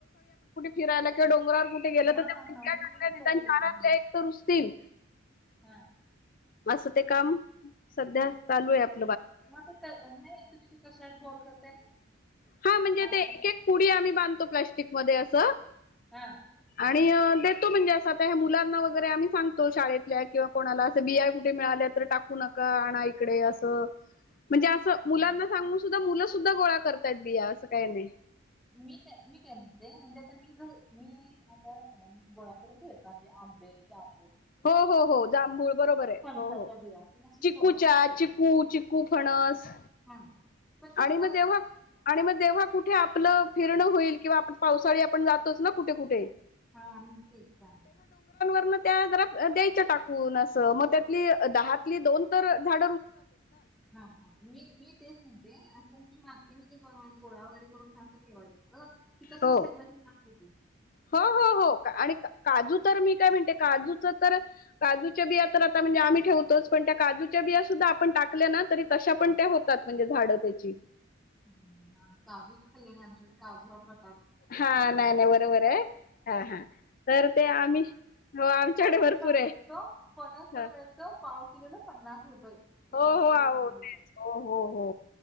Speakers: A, on the left; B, in the centre.
A: हिरायलाके डोंगर कुठे गेलं
B: हा
A: तर त्या
B: हा
A: चगल्या
B: हा मी मी मी
A: निदान
B: करते तसं
A: चारांले
B: मी
A: एक तर रुसतील
B: हा
A: असं ते काम सध्या चालू आहे आप
B: म ते नाही तुम्ही ते कशात बॉल करताय ना
A: हा म्हणजे
B: माती
A: ते एक एक पुडी आम्ही बांधतो प्लास्टिकमध्येध्ये असं
B: हा
A: आणि देतो म्हणजे असं आता मुलांना वगैरे आम्ही सांगतो शाळेतल्या किंवा कोणाला असं बिआय कुठे मिळाल्या टाकू नका आण इकडे असं म्हणजे असं मुलांना
B: हा.
A: सांगून सुद्धा मुलं सुद्धा गोळा करताय बिया असं काही नाही
B: मी काय मी काय म्हणते म्हणजे आता मी ज मी आता गोळ्याकडून ठे म्हजे <unintelligible>
A: हो हो हो जांभूळ बरोबर आहे
B: फणसाच्या
A: हो हो
B: बिया ते असे
A: चिकूचा
B: मी गोळा करून ठेवत
A: चिकू चिकू फणस
B: <unintelligible>
A: आणि
B: कसं
A: मग तेव्हा आणि मग तेव्हा कुठे आप आपलं फिरणं होईल किंवा आपण पावसाळी आपण जातोच ना कुठे कुठे
B: हा का
A: मग त्या द्याय टाकून अस मग त्यातली दातली दोन तर झा
B: हा हा मी मी तेच म्हणते असं मी मा ते म्हणजे गोळा वगैरे करून राह ठेवाय अ ती तसच
A: हो
B: खेकऱतून लागत ते
A: हो हो हो आणि काजू तर मी काय म्हणते काजूच तर काजूच्या बिया तर आता म्हणजे आम्ही ठेवतोच पण त्या काजू जूच्या बिया सुद्धा आपण टाकल्या ना तरी तशा पण त्या होतात म्हणजे झाडं त्याची
B: ह आणिमही काजूच खाल्ली नाही आमच्याकडे काजू हा प्र
A: हा नाही नाही बरोबर आहे हा हा तर ते आम्ही हो आमच्याकडे
B: पणस
A: भरपूर
B: पण
A: आहे
B: मिळत पनस पण
A: हो
B: मिळत पाव किलोला पन्नास रुपये ते
A: हो
B: असं
A: होच
B: हे चालू देतात
A: हो हो हो